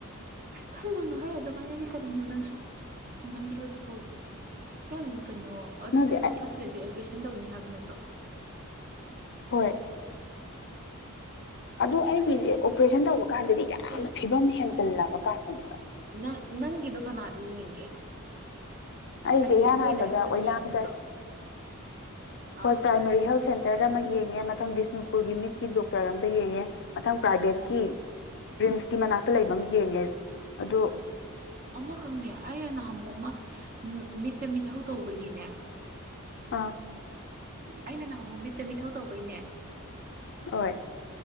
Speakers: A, on the right; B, on the left.
A: ꯈꯜꯂꯨꯅꯨꯍꯦ ꯑꯗꯨꯃꯥꯏꯅꯗꯤ ꯀꯔꯤꯅꯣ ꯅꯪꯁꯨ ꯍꯦꯃꯟꯗ꯭ꯔꯣꯗꯨꯐꯥꯎꯗꯤ ꯅꯪ ꯀꯩꯅꯣ
B: ꯑꯩꯉꯣꯟꯗ
A: ꯑꯗꯨꯗꯣ
B: ꯅꯗꯤ
A: ꯐꯠꯇ꯭ꯔꯗꯤ ꯑꯣꯄ꯭ꯔꯦꯁꯟ ꯇꯧꯅꯤ ꯍꯥꯏꯕ ꯅꯠꯇ꯭ꯔꯣ
B: ꯍꯣꯏ ꯑꯗꯣ ꯑꯩꯒꯤꯁꯦ ꯑꯣꯄ꯭ꯔꯦꯁꯟ ꯇꯧꯕ ꯀꯥꯟꯗꯗꯤ ꯌꯥꯝꯅ
A: ꯑꯦ
B: ꯐꯤꯕꯝ ꯍꯦꯟꯖꯜꯂꯕ ꯀꯥꯟꯗꯅꯦꯕ
A: ꯅꯪ ꯅꯪꯒꯤꯗꯨ ꯀꯅꯥꯗ ꯌꯦꯡꯒꯦ
B: ꯑꯩꯁꯦ
A: ꯍꯥꯏꯗꯤ
B: ꯏꯍꯥꯟ
A: ꯅꯣꯏ
B: ꯍꯥꯟꯕꯗ
A: ꯑꯗꯥꯏꯗ ꯑꯗꯨꯝ
B: ꯑꯣꯏꯅꯥꯗ
A: ꯌꯦꯡꯉꯤ ꯅꯠꯇ꯭ꯔꯣ ꯑꯥ
B: ꯍꯣꯏ ꯄ꯭ꯔꯥꯏꯃꯥꯔꯤ ꯍꯦꯜꯇ ꯁꯦꯟꯇꯔꯗ ꯑꯃ ꯌꯦꯡ ꯉꯦ ꯃꯊꯪ ꯕꯤꯁꯅꯨꯄꯨꯔꯒꯤ ꯃꯤꯠꯀꯤ ꯗꯣꯛꯇꯔ ꯑꯃꯗ ꯌꯦꯡꯉꯦ ꯃꯊꯪ ꯄ꯭ꯔꯥꯏꯚꯦꯠꯀꯤ
A: ꯎꯝ
B: ꯔꯤ꯭ꯝꯁꯀꯤ ꯃꯅꯥꯛꯇ ꯂꯩꯕ ꯑꯃ ꯌꯦꯡꯉꯦ ꯑꯗꯨ
A: ꯑꯃꯈꯛꯅꯦ ꯑꯩꯅ ꯅꯍꯥꯟꯃꯣ ꯑꯃ ꯃꯤꯠꯇ ꯃꯤꯊꯧ ꯇꯧꯕꯒꯤꯅꯦ
B: ꯑꯥ
A: ꯑꯩꯅ ꯅꯍ ꯑꯃꯨꯛ ꯃꯤꯠꯇ ꯃꯤꯊꯧ ꯇꯧꯕꯩꯅꯦ
B: ꯍꯣꯏꯠ